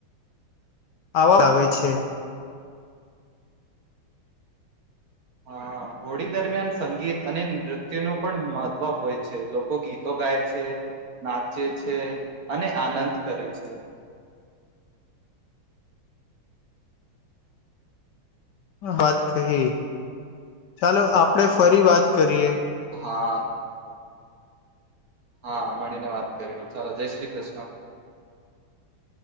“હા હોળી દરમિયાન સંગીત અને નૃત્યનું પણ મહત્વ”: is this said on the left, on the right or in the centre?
Right